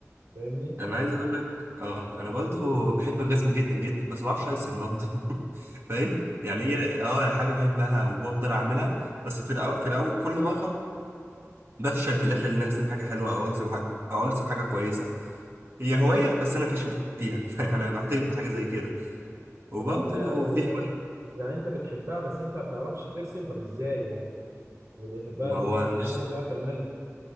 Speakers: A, on the right; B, on the right.
A: فاهمني
B: انا عايز اقول لك اه انا برضو بحب الرسم جدا جدا بس ما بعرفش ارسم برضو <laughs> فاهم يعني هي اه حاجة بحبها وبفضل اعملها بس في الاول في الاول كل مرة بفشل في الاخر ان ارسم حاجة حلوة او ارسم حاجة او ارسم حاجة كويسة هي هواية بس انا فاشل فيها <laughs> يعني انا بعترف بحاجة زي كده وبرضو
A: طب انت يعني
B: في هواية
A: يعني انت بتحبها بس انت ما بتعرفش ترسم طب ازاي يعني اللي بيحبها
B: ما
A: بيحب
B: هو مش
A: حاجه بيعرف يعملها